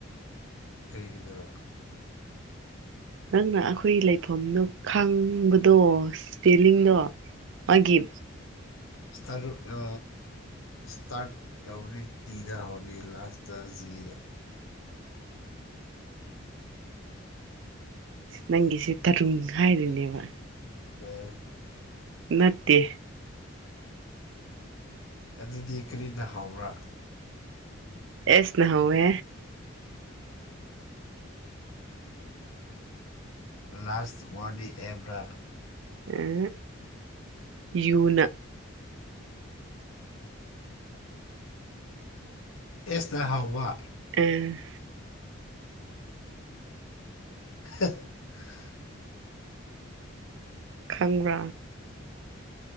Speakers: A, on the left; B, on the right.
A: ꯀꯔꯤꯒꯤꯗꯣꯔ
B: ꯅꯪꯅ ꯑꯩꯈꯣꯏꯒꯤ ꯂꯩꯐꯝꯗꯣ ꯈꯪꯕꯗꯣ ꯏꯁꯄꯦꯂꯤꯡꯗꯣ ꯃꯥꯒꯤ
A: ꯏꯁ ꯇꯔꯨꯠ ꯑ ꯏꯁꯇꯥꯔꯠ ꯇꯧꯅꯤ ꯇꯤꯗ ꯍꯧꯅꯤ ꯂꯥꯁꯇ ꯖꯤꯗ
B: ꯅꯪꯒꯤꯁꯦ ꯇꯔꯨꯡ ꯍꯥꯏꯔꯤꯅꯦꯕ꯫
A: ꯎꯝ
B: ꯅꯠꯇꯦ
A: ꯑꯗꯨꯗꯤ ꯀꯔꯤꯅ ꯍꯧꯕꯔ꯭ꯥ?
B: ꯑꯦꯁꯅ ꯍꯧꯋꯦ
A: ꯂꯥꯁ ꯋꯥꯔꯗꯤ ꯑꯦꯞꯔꯥ?
B: ꯑꯦ ꯌꯨꯅ
A: ꯑꯦꯁꯇꯅ ꯍꯧꯕ
B: ꯑꯦ
A: <unintelligible>
B: ꯈꯪꯕ꯭ꯔꯥ